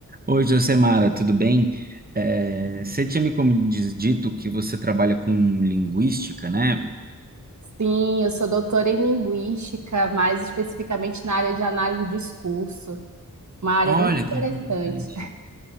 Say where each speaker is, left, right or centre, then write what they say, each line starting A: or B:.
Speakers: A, on the right; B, on the right.
A: Oi, Josemara, tudo bem? Eh, você tinha me como diz- dito que você trabalha com linguística, né?
B: Sim, eu sou doutora em linguística, mais especificamente na área de análise do discurso, uma área
A: Olha,
B: muito interessante.
A: que interessante.